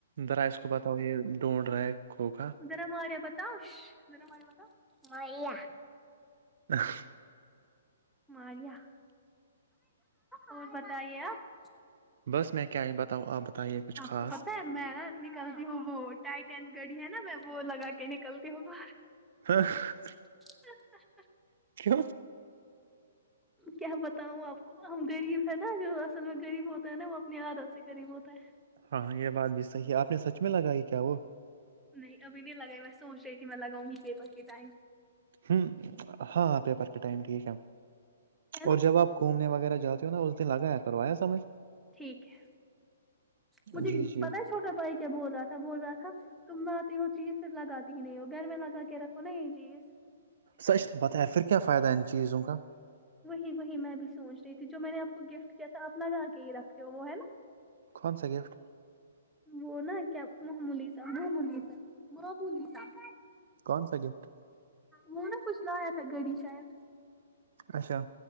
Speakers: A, on the right; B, in the centre.
A: ذرا اس کو بتاؤ یہ ڈھونڈ رہا ہے کھو کاا
B: درم آارے بتاؤ زرمارے بتاؤ <unintelligible>
A: ا <unintelligible>
B: میا اور بتائیے آپ <unintelligible>
A: بس میں کیا یہ بتاؤں آپ بتائیے کچھ
B: آپ
A: خاص
B: کو پتا ہے میں نا نکلتی ہوں وہ ٹائٹین گڑی ہے نا میں وہ لگا کے نکلتی ہوں وہ
A: ہاں <unintelligible>
B: <inaudible>
A: ہ <unintelligible>
B: کیا بتاؤں آپ کو ہم غریب ہے نا جو اصل میں غریب ہوتا ہے نا وہ اپنی عادت سے غریب ہوتا ہے
A: ہاں ہاں یہ بات بھی صحیح ہے آپ نے سچ میں لگائی کیا وہ
B: نہیں اب بھی لگائی میں سوچ رہی تھی میں لگاؤں گی پیپر کے ٹائم
A: ہوں ہاں پیپر کے ٹائم ٹھیک ہے
B: ہے نا
A: اور جب آپ گھومنے وغیرہ جاتے ہو نا اس دن آگایا کرو آیا سمجھ
B: ٹھیک ہے مجھے
A: جی جی
B: بت ہے چھوٹا بھائی کیا بول رہا تھا بول رہا تھا تم نہ آتی ہو چیز پھر لگاتی ہی نہیں ہو گھر میں لگا کے رکھو نا یہ چیز
A: سچ تو پتاہ ہے پھر کیا فائدہ ان چیزوں کا
B: وہی وہی میں بھی سوچ رہی تھی جو میں نے آپ کو گفٹ کیا تھا آپ نگا کے ہی رکھتے ہو وہ ہے نا
A: کون سا گفٹ
B: وہ نا کیا محمولی صاحب مم صاحب مملی صاحب
A: کون سا گفٹ
B: وہ نہا کچھ لایا تھا گڑی شاید
A: اچھا